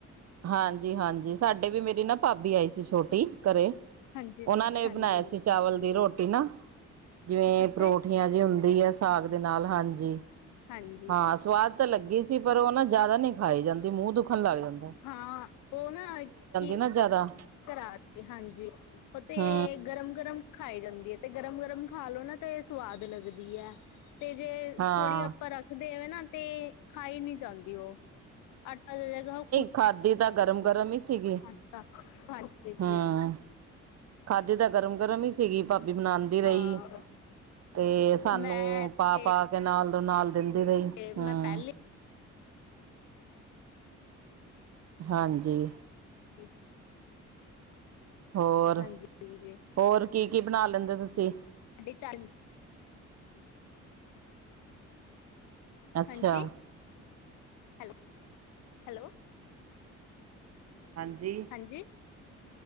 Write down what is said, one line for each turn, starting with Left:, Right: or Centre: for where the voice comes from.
Right: ਹਾਂਜੀ-ਹਾਂਜੀ, ਸਾਡੇ ਵੀ। ਮੇਰੀ ਨਾ ਭਾਬੀ ਆਈ ਸੀ ਛੋਟੀ, ਘਰੇ
Left: ਹਾਂਜੀ
Right: ਓਨਾਂ ਨੇ
Left: ਹਾਂਜੀ
Right: ਵੀ ਬਨਾਇਆ ਸੀ ਚਾਵਲ ਦੀ ਰੋਟੀ ਨਾ। ਜਿਵੇਂ
Left: ਅੱਛਾ
Right: ਪਰੌਠੀਆਂ
Left: ਜੀ,
Right: ਜੇ ਹੁੰਦੀ ਐ ਸਾਗ ਦੇ ਨਾਲ, ਹਾਂਜੀ।
Left: ਹਾਂਜੀ।
Right: ਹਾਂ, ਸਵਾਦ ਤਾਂ ਲੱਗੀ ਸੀ ਪਰ ਓ ਨਾ ਜਿਆਦਾ ਨੀ ਖਾਈ ਜਾਂਦੀ, ਮੂੰਅ ਦੁੱਖਨ ਲੱਗ ਜਾਂ
Left: ਹਾਂ, ਓ ਨਾ ਕਿ
Right: ਨਾ ਜ਼ਿਆਦਾ
Left: ਕਰਾ ਤੇ ਹਾਂਜੀ ਪ ਤੇ
Right: ਹੂੰ
Left: ਗਰਮ-ਗਰਮ ਖਾਏ ਜਾਂਦੀ ਐ ਤੇ ਗਰਮ-ਗਰਮ ਖਾ ਲੋ ਨਾ ਤੇ ਸਵਾਦ ਲੱਗਦੀ ਐ ਤੇ ਜੇ
Right: ਹਾਂ
Left: ਥੋੜੀ ਆਪਾਂ ਰੱਖ ਦੇਵੇ ਤੇ ਖਾਈ ਨੀ ਜਾਂਦੀ ਓ। ਆਟਾ ਦੇ ਦੇਗਾ ਓ।
Right: ਖਾਦੀ ਤਾਂ ਗਰਮ-ਗਰਮ ਈ ਸੀਗੀ,
Left: ਆਟਾ ਹਾਂਜੀ-ਹਾਂਜੀ।
Right: ਹੂੰ। ਖਾਦੀ ਤਾਂ ਗਰਮ-ਗਰਮ ਈ ਸੀਗੀ। ਭਾਬੀ ਬਨਾਨਦੀ ਰਈ
Left: ਹਾਂ
Right: ਤੇ ਸਾਨੂੰ
Left: ਮੈਂ ਤੇ
Right: ਪਾ-ਪਾ ਕੇ ਨਾਲ ਡੋ ਨਾਲ ਦਿੰਦੀ ਰਈ।
Left: ਮੈਂ
Right: ਹੂੰ।
Left: ਪਹਿਲੇ
Right: ਹਾਂਜੀ।
Left: ਜੀ।
Right: ਹੋਰ?
Left: ਹਾਂਜੀ-ਹਾਂਜੀ।
Right: ਹੋਰ ਕੀ-ਕੀ ਬਨਾ ਲੈਂਦੇ ਓ ਤੁਸੀ?
Left: ਡਿਚ ਆਈ
Right: ਅੱਛਾ
Left: ਹਾਂਜੀ? Hello, hello.
Right: ਹਾਂਜੀ?
Left: ਜੀ